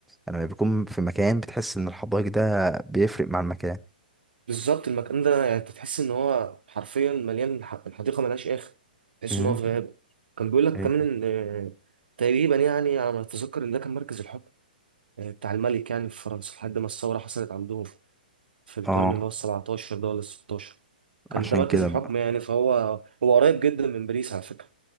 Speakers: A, in the centre; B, on the right (about 80°).
A: لما بيكون في مكان بتحس ان الحدائق ده بيفرق مع المكان
B: بالظبط المكان ده يعني انت تحس ان هو حرفيا مليان ح- الحديقه ملهاش اخر تحس
A: امم
B: ان هو في غابه كان بيقول لك
A: ايه
B: كمان ان آه، تقريبا يعني على ما اتذكر ان ده كان مركز الحكم آه، بتاع الملك يعني في فرنسا لحد ما الثوره حصلت عندهم في القرن
A: اه
B: اللي هو ال 17 ده ولا ال 16 كان
A: عشان
B: ده مركز
A: كده
B: الحكم
A: بقى
B: يعني فهو هو قريب جدا من باريس على فكره